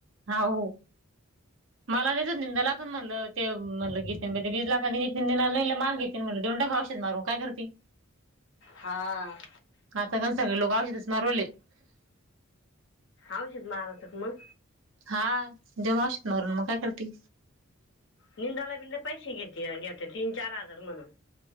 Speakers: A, on the right; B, on the left.
A: हाव, मला ते निंदाला पण म्हणलं, ते म्हणलं की मध्ये बी <unintelligible> देऊन टाकू औषध मारू. काय करती?
B: हा.
A: आता कसं सगळी लोकं औषधच मारूले.
B: औषध मारायचं का मग?
A: हा, द्यावं औषध मारून, मग काय करती?
B: निंदाला बि पैसे घेते, घेते तीन चार हजार म्हणून.